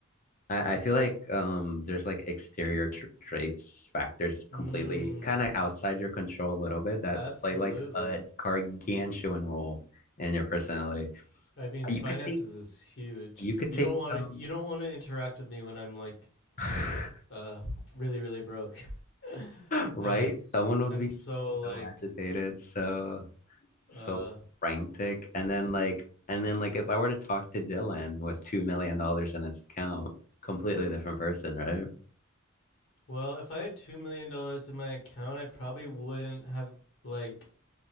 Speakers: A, on the left; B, on the left.
A: I, I feel like um there's like exterior tr traits factors
B: Mm.
A: completely kind of outside your control a little bit that
B: Absolutely.
A: play like a gargantuan role in your personality.
B: I mean,
A: You
B: finances
A: could take
B: is huge.
A: You could
B: You
A: take
B: don't want
A: some,
B: to. You don't want to interact with me when I'm like,
A: <laughs>
B: uh, really, really broke. <laughs>
A: right?
B: I like,
A: Someone would
B: I'm
A: be
B: so like,
A: so agitated, so
B: uh,
A: so frantic, and then like, and then like, if I were to talk to Dylan with two million dollars in his account, completely different person, right?
B: well, if I had two million dollars in my account, I probably wouldn't have like,